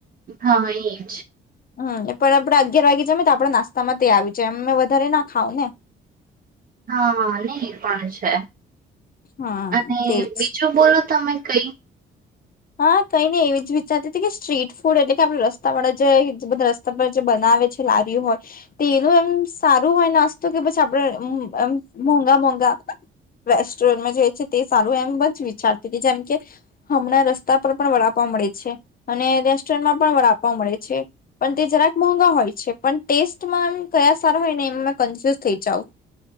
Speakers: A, on the right (about 45°); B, on the left (about 45°).
A: હા એજ.
B: હમ્મ. પણ આપડે અગિયાર વાગે જમે તો આપડા નાસ્તા માં તે આવી જાય વધારે ના ખાવં ને.
A: હા હા નઈ પણ છે.
B: હા
A: અને
B: તેજ
A: બીજું બોલો તમે? કઈ?
B: હા કઈને એવી જ વિચારતી હતી કે સ્ટ્રીટ ફૂડ એટલે કે આપણે રસ્તા વાળા જે રસ્તા પર જે બનાવે છે લારી હોય તે એનું એમ સારું હોય નાસ્તો કે પછી આપણે અમ્મ એમ મોંઘા મોંઘા રેસ્ટોરન્ટમાં જે છે તે સારું એમ જ વિચારતી હતી જેમ કે હમણાં રસ તા પર પણ વડાપાઉં મળે છે અને રેસ્ટોરન્ટમાં પણ વડાપાઉ મળે છે પણ તે જરાક મોંગા હોય છે. પણ ટેસ્ટમાં કયા સારા હોય ને એમાં કન્ફ્યુઝ થઈ જાઉં.